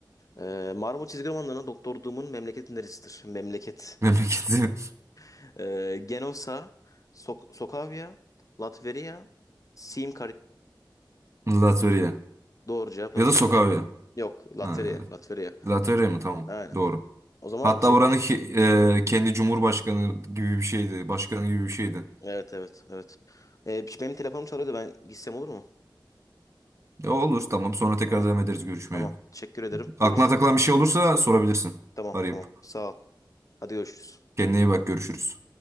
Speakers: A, on the left; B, on the right.
A: Ee, Marvel çizgi romanlarına Doktor Doom'un memleketi neresidir? Memleket.
B: Memleketi
A: <laughs> Ee, Genosa, Sok Sokavia, Latveria, Sim
B: <laughs> Latvia.
A: Doğru cevap
B: Ya
A: Latveria.
B: da Sokavya.
A: Yok, Latveria,
B: Ha, ya da-
A: Latveria.
B: Latvia mı? Tamam.
A: Aynen.
B: Doğru.
A: O zaman
B: Hatta
A: çek...
B: oranın ki- e, kendi cumhurbaşkanı gibi bir şeydi. Başkanı gibi bir şeydi.
A: Evet, evet, evet. Ee, benim telefonum çalıyordu. Ben gitsem olur mu?
B: Ya olur tamam sonra tekrar
A: Tamam,
B: devam ederiz görüşmeye.
A: tamam. Teşekkür ederim.
B: Aklına
A: Görüşürüz.
B: takılan bir şey olursa sorabilirsin.
A: Tamam,
B: Arayıp.
A: tamam. Sağ ol. Hadi görüşürüz.
B: Kendine iyi bak görüşürüz.